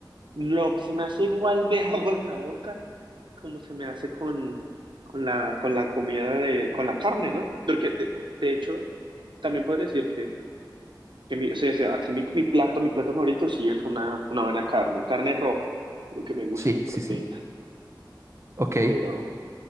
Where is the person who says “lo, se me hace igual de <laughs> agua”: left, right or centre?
Right